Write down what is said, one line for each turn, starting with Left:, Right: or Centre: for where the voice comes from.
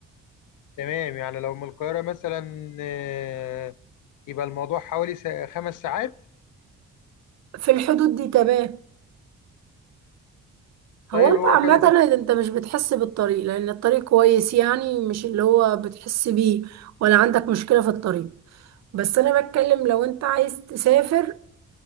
Left: تمام يعني لو من القاهرة مثلا آه، يبقى الموضوع حوالي سا- خمس ساعات
Right: في الحدود دي تمام
Left: طيب
Right: هو انت
Left: هو
Right: عامة
Left: كانت
Right: انت مش بتحس بالطريق لان الطريق كويس يعني مش اللي هو بتحس بيه ولا عندك مشكلة في الطريق بس انا بتكلم لو انت عايز تسافر